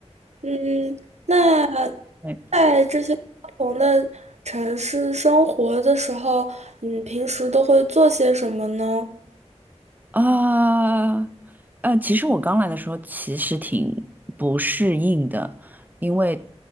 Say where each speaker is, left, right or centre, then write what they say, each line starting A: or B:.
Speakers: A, on the right (about 75°); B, on the right (about 15°).
A: 嗯，那
B: <laughs>
A: 在这些不同的城市生活的时候，你平时都会做些什么呢？
B: 啊，呃，其实我刚来的时候其实挺不适应的，因为